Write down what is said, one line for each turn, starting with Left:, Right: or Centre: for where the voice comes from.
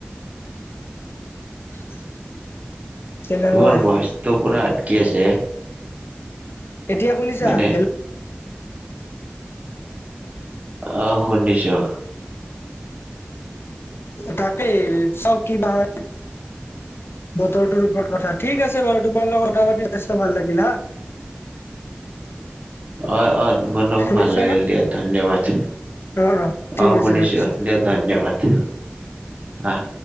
Left: <unintelligible> তেনেকুৱাই
Right: তোমাৰ ভইচটো পুৰা আটকি আছে।
Left: এতিয়া শুনিছা?
Right: মানে
Left: হেল-
Right: অহ, শুনিছোঁ।
Left: তাকেই, চাওঁ কি বা হয়। বতৰটোৰ ওপৰত কথা ঠিক আছে বাৰু তোমাৰ লগত কথা পাতি যথেষ্ট ভাল লাগিল হা
Right: অ অ তোমাৰ লগতো
Left: শুনিছা
Right: ভাল লাগিল
Left: ন
Right: দিয়া ধন্যবাদ।
Left: অ অ ঠিক
Right: অহ শুনিছোঁ
Left: আছে ৰাখিছো
Right: দিয়া পাতিম আহ